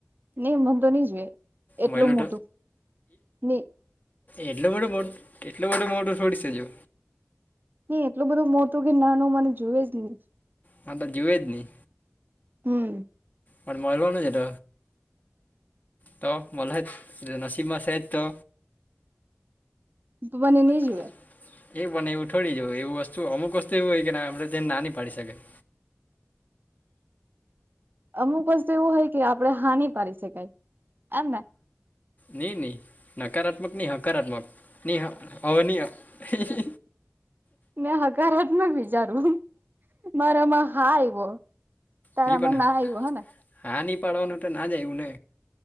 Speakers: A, on the right (about 45°); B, on the left (about 35°).
A: ની મન તો ની જોએ એટલું
B: મળલું
A: મોટું ની
B: એટલુ બધુ મોટ એટલુ બધું મોટો થોડી છે જો
A: ની એટલું બધું મોટું કે નાનું મને જોવે જ ની
B: હા તો જોવે જ ની
A: હમ
B: પણ મળવાનું જ એટ તો મલહેજ નસીબમાં સેજ તો
A: મને
B: <inaudible>
A: નહી જુએ
B: એ પણ એવું થોડી જવું એવું વસ્તુ અમુક વસ્તુ એવી હોય કે આપડે તેને નાની પાડી શકાય
A: અમુક વસ્તુ એવું હોય કે આપડે હા ની પાડી શકાય એમ ને
B: ની ની નકારાત્મક નહી હકારાત્મક ની હ હવેની હ
A: મે હકારાત્મક વિચારું, મારામાં હા આઇવો. તારા
B: નહીં પણ
A: મા ના આવ્યું હે ને.
B: હા ની પાડવાનું તો ના જ આયવું ને.